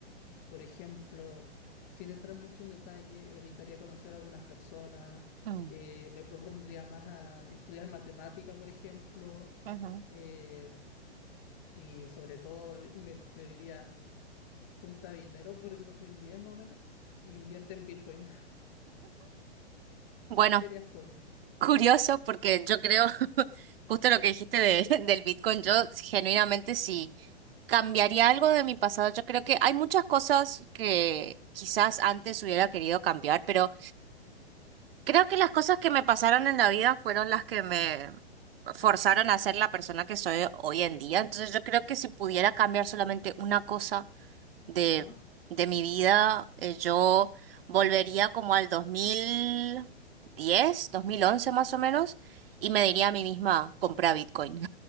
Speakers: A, on the left; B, on the right.
A: Por ejemplo, sin entrar mucho en detalle, evitaría conocer a algunas personas,
B: ujú,
A: eh, me <laughs> propondría más a estudiar matemática, por ejemplo,
B: ujú.
A: eh, y sobre todo eh, me, me diría, junta dinero por el 2010 más o menos, e invierte en Bitcoin.
B: Bueno.
A: <laughs> Querías todo.
B: Curioso, porque yo creo, <laughs> justo lo que dijiste de, <laughs> del Bitcoin, yo genuinamente sí cambiaría algo de mi pasado. Yo creo que hay muchas cosas que quizás antes hubiera querido cambiar, pero creo que las cosas que me pasaron en la vida fueron las que me forzaron a ser la persona que soy hoy en día. Entonces yo creo que si pudiera cambiar solamente una cosa de,
A: Ajá.
B: de mi vida, eh, yo volvería como al dos dos mil diez dos mil once más o menos, y me diría a mí misma, compra Bitcoin.